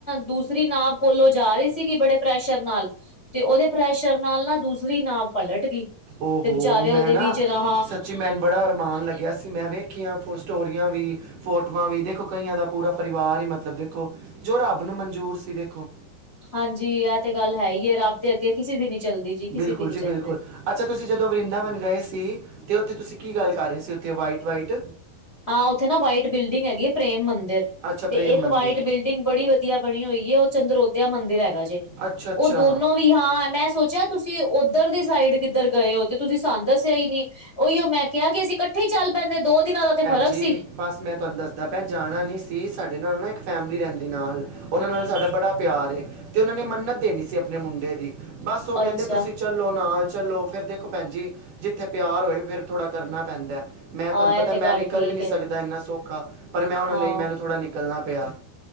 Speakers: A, on the left; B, on the right.
A: ਦੂਸਰੀ ਨਾਪ ਕੋਲੋਂ ਜਾ ਰਹੀ ਸੀਗੀ ਬੜੇ ਪ੍ਰੈਸ਼ਰ ਨਾਲ ਤੇ ਉਹਦੇ ਪ੍ਰੈਸ਼ਰ ਨਾਲ ਨਾ ਦੂਸਰੀ ਨਾਵ ਪਲਟ ਗਈ
B: ਓਹੋ
A: ਤੇ ਵਿਚਾਰੇ ਉਹਦੇ
B: ਮੈਂ ਨਾ
A: ਵਿੱਚ ਰਾਂ
B: ਸੱਚੀ ਮੈਨੂੰ ਹਾਂ ਬੜਾ ਅਰਮਾਨ ਲੱਗਿਆ ਸੀ ਮੈਂ ਵੇਖੀਆਂ ਫ ਸਟੋਰੀਆਂ ਵੀ ਫੋਟੋਆਂ ਵੀ ਦੇਖੋ ਕਈਆਂ ਦਾ ਪੂਰਾ ਪਰਿਵਾਰ ਹੀ ਮਤਲਬ ਦੇਖੋ ਜੋ ਰੱਬ ਨੂੰ ਮਨਜੂਰ ਸੀ ਦੇਖੋ
A: ਹਾਂਜੀ ਇਹ ਤੇ ਗੱਲ ਹੈ ਹੀ ਹੈ ਰੱਬ ਦੇ ਅੱਗੇ ਕਿਸੇ ਦੀ ਨੀ ਚੱਲਦੀ ਜੀ ਕਿਸੇ
B: ਬਿਲਕੁਲ
A: ਦੀ ਨੀ
B: ਜੀ
A: ਚੱਲਦੇ
B: ਬਿਲਕੁਲ ਅੱਛਾ ਤੁਸੀਂ ਜਦੋਂ ਵਰਿੰਦਾਵਨ ਗਏ ਸੀ ਤੇ ਉੱਥੇ ਤੁਸੀਂ ਕੀ ਗੱਲ ਕਰ ਰਹੇ ਸੀ ਉਥੇ ਵਾਈਟ ਵਾਈਟ
A: ਹਾਂ ਉੱਥੇ ਨਾ ਵਾਈਟ ਬਿਲਡਿੰਗ ਹੈਗੀ ਪ੍ਰੇਮ ਮੰਦਿਰ
B: ਅੱਛਾ
A: ਤੇ
B: ਪ੍ਰੇਮ
A: ਇੱਕ
B: ਮੰਦਿਰ
A: ਵਾਈਟ ਬਿਲਡਿੰਗ ਬੜੀ ਵਡੀ ਬਣੀ ਹੋਈ ਹੈ ਉਹ ਚੰਦਰੋਧਿਆ ਮੰਦਿਰ ਹੈਗਾ ਜੇ
B: ਅੱਛਾ ਅੱਛਾ
A: ਉਹ ਦੋਨੋ ਵੀ ਹਾਂ ਮੈਂ ਸੋਚਿਆ ਤੁਸੀਂ ਉੱਧਰ ਦੀ ਸਾਈਡ ਕਿੱਧਰ ਗਏ ਹੋ ਤੇ ਤੁਸੀਂ ਸਾਨੁੰ ਦੱਸਿਆ ਈ ਨਹੀਂ ਉਹੀਓ ਮੈਂ ਕਿਹਾ ਕਿ ਅਸੀਂ ਇਕੱਠੇ ਹੀ ਚੱਲ ਪੈਂਦੇ ਦੋ ਦਿਨਾਂ ਦਾ ਫ਼ਰਕ
B: ਜੀ
A: ਸੀ
B: ਬਸ ਮੈਂ ਤੁਹਾਨੂੰ ਦੱਸਦਾ ਪੈਂ ਜਾਣਾ ਨਹੀਂ ਸੀ ਸਾਡੇ ਨਾਲ ਨਾ ਇੱਕ ਫੈਮਿਲੀ ਰਹਿੰਦੀ ਨਾਲ ਉਹਨਾਂ ਨਾਲ ਸਾਡਾ ਬੜਾ ਪਿਆਰ ਤੇ ਉਹਨਾਂ ਨੇ ਮੰਨਤ ਦੇਣੀ ਸੀ ਆਪਣੇ ਮੁੰਡੇ ਦੀ ਬਸ ਉਹ ਕਹਿੰਦੇ
A: ਅੱਛਾ
B: ਤੁਸੀਂ ਚੱਲੋ ਨਾਲ ਚਲੋ ਫੇਿਰ ਦੇਖੋ ਭੈਣ ਜੀ ਜਿੱਥੇ ਪਿਆਰ ਹੋਏ ਫੇਿਰ ਥੋੜਾ ਕਰਨਾ ਪੈਂਦਾ ਮੈਂ
A: ਹਾਂ
B: ਤੁਹਾਨੂੰ ਪਤਾ
A: ਇਹ ਤੇ
B: ਮੈਂ
A: ਗੱਲ
B: ਨਿਕਲ
A: ਠੀਕ
B: ਵੀ ਨਹੀਂ
A: ਹੈ
B: ਸਕਦਾ ਇੰਨਾ ਸੌਖਾ ਪਰ ਮੈਂ ਉਹਨਾਂ
A: ਹਾਂ
B: ਲਈ ਮੈਨੂੰ ਥੋੜ੍ਹਾ ਨਿਕਲਣਾ ਪਿਆ